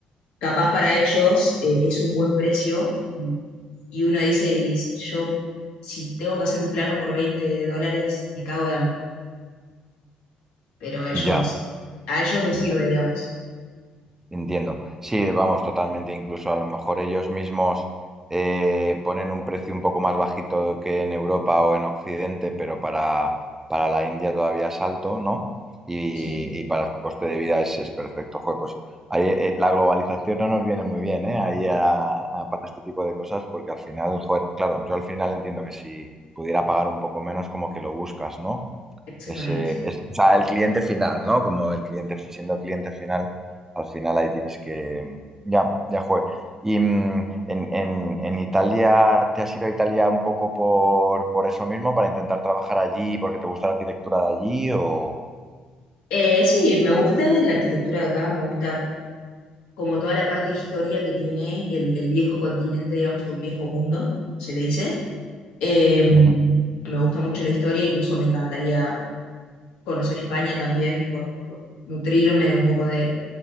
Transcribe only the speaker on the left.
capaz para ellos eh, es un buen precio mm, y uno dice, y dice, yo si tengo que hacer un plano por 20 dólares, me cago de hambre pero ellos,
a ellos les
sirve, digamos.
Sí,
exactamente.
Eh, sí, me gusta la arquitectura de acá, me gusta como toda la parte de historia que tiene el, el viejo continente, digamos, o el viejo mundo, se le dice. Eh, me
gusta mucho la historia, incluso me encantaría conocer España también por, por nutrirme un poco de,